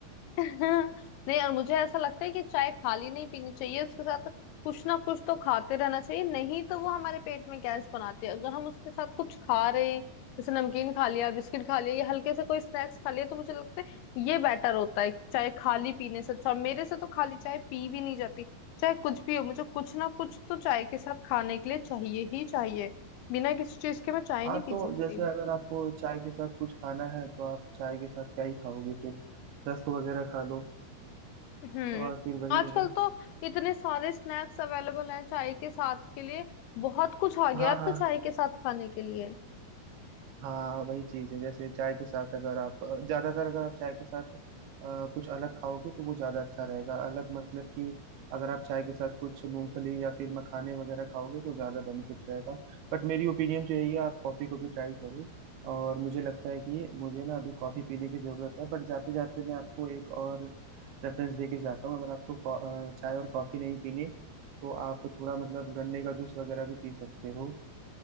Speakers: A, on the left; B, on the right.
A: <laughs> हाँ, नहीं और मुझे ऐसा लगता है कि चाय खाली नहीं पीनी चाहिए उसके साथ कुछ ना कुछ तो खाते रहना चाहिए नहीं तो वो हमारे पेट में गैस बनाती है अगर हम उसके साथ कुछ खा रहे हैं जैसे नमकीन खा लिया बिस्किट खा लिया या हल्के से कोई स्नैक्स खा लिया तो मुझे लगता है ये बेटर होता है चाय खाली पीने से अच्छा और मेरे से तो खाली चाय पी भी नहीं जाती चाहे कुछ भी हो मुझे कुछ ना कुछ तो चाय के साथ खाने के लिए चाहिए ही चाहिए बिना किसी चीज के मैं चाय
B: हाँ
A: नहीं पी
B: तो
A: सकती
B: जैसे अगर आपको चाय के साथ कुछ खाना है तो आप चाय के साथ क्या ही खाओगे फिर रस्क वगैरह खा लो
A: हम्म
B: और फिर वही
A: आजकल
B: है
A: तो इतने सारे स्नैक्स अवेलेबल हैं चाय के साथ के लिए बहुत कुछ आ गया
B: हाँ
A: अब
B: हाँ हाँ।
A: तो चाय के साथ खाने के लिए
B: हाँ वही चीज है जैसे चाय के साथ अगर आप अ, ज्यादातर अगर आप चाय के साथ अ, कुछ अलग खाओगे तो वो ज्यादा अच्छा रहेगा अलग मतलब कि अगर आप चाय के साथ कुछ मूंगफली या फिर मखाने वगैरह खाओगे तो ज्यादा बेनिफिट रहेगा बट मेरी ओपिनियन तो यही है आप कॉफी को भी ट्राई करो और मुझे लगता है कि मुझे ना अभी कॉफी पीने की जरूरत है बट जाते जाते मैं आपको एक और रेफरेंस दे के जाता हूँ अगर आपको कॉ- अ, चाय और कॉफी नहीं पीनी तो आप थोड़ा मतलब गन्ने का जूस वगैरह भी पी सकते हो